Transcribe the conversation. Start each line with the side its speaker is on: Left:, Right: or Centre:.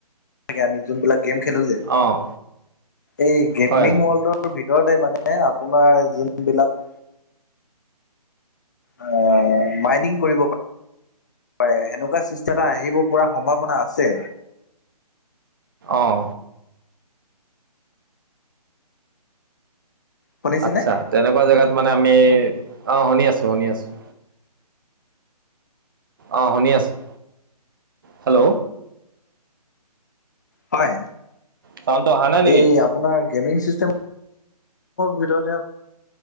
Left: আমি যোনবিলাক গেম খেলো যে
Right: অ',
Left: এই গেমিং
Right: হয়,
Left: ৱৰ্ল্ডৰ ভিতৰত ভিতৰতে মানে আপোনাৰ যোনবিলাক আহ মাইনিং কৰিব পাৰি সেনেকুৱা চৃষ্টা এটা আহিব প সম্ভাৱনা আছে
Right: অহ
Left: শুনিছেনে?
Right: আচ্ছা তেনেকুৱা জেগাত মানে আমি অ শুনি আছোঁ শুনি আছোঁ অঁ শুনি আছোঁ হেল্ল'।
Left: হয়।
Right: চাউনণ্ট টো অহা নাই নেকি
Left: এই আপোনাৰ গেমিং ছিষ্টেম ভিতৰতে